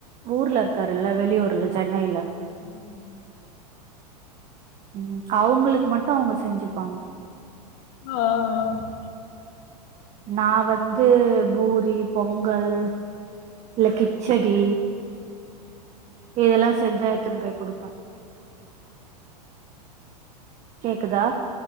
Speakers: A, on the right; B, on the left.
A: ஊர்ல இருக்காருல்ல வெளியூர்ல சென்னைல
B: ம்
A: ம் அவுங்களுக்கு மட்டு அவுங்க செஞ்சுப்பாங்க
B: ஆ ஆ
A: நா வந்து பூரி பொங்கல் இல்ல கிச்சட் டி இதெல்லா செஞ்சா எட்த்துனு போய் குடுப்பே கேக்குதா